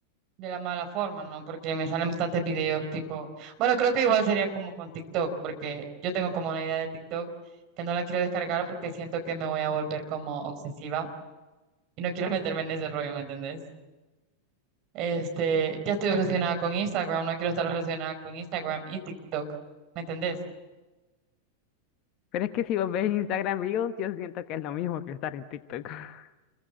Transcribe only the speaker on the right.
de la mala forma, ¿no? Porque me salen bastantes videos tipo, bueno, creo que igual sería como con TikTok, porque yo tengo como una idea de TikTok que no la quiero descargar porque siento que me voy a volver como obsesiva y no quiero meterme en ese rollo, ¿me entendés? Este, ya estoy obsesionada con Instagram, no quiero estar obsesionada con Instagram y TikTok, ¿me entendés?